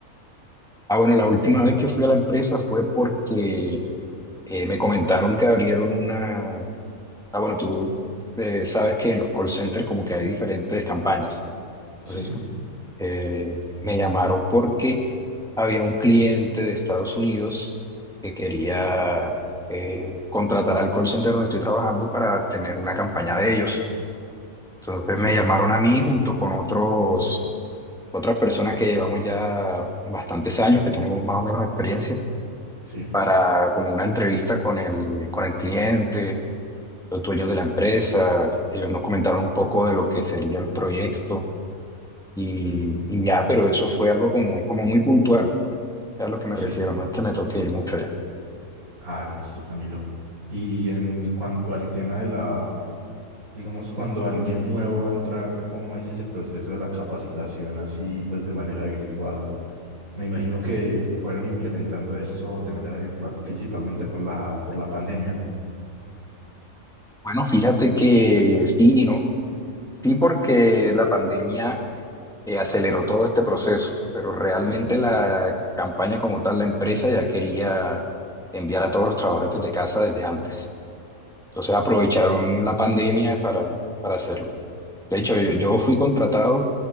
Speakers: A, in the centre; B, on the right (about 75°).
A: Ah, bueno, la última
B: Ok.
A: vez que fui a la empresa fue porque eh, me comentaron que abrieron una Ah, bueno, tú eh, sabes que en los call centers como que hay diferentes campañas.
B: Sí,
A: Entonces, eh, me llamaron porque había un cliente de Estados Unidos que quería
B: sí,
A: eh, contratar al call center donde estoy trabajando para tener una campaña de ellos. Entonces
B: sí,
A: me llamaron a mí junto con otros, otras personas que llevamos ya bastantes años, que tenemos más o menos experiencia,
B: sí.
A: para como una entrevista con el, con el cliente los dueños de la empresa, ellos nos comentaron un poco de lo que sería el proyecto y,
B: ujú,
A: y ya, pero eso fue algo como, como muy puntual, es a lo que me
B: Sí.
A: refiero, no es que me toque ir mucho allá.
B: Ah, listo, Camilo. Y en cuanto al tema de la Digamos, cuando alguien nuevo va a entrar, ¿cómo es ese proceso de la capacitación así, pues de manera virtual? Me imagino que fueron implementando esto de manera virtual, principalmente por la, por la pandemia.
A: Bueno, fíjate que sí y no, sí porque la pandemia eh, aceleró todo este proceso, pero realmente
B: Ujú.
A: la campaña como tal, la empresa ya quería enviar a todos los trabajadores desde casa desde antes. Entonces aprovecharon la pandemia para, para hacerlo. De hecho, yo yo fui contratado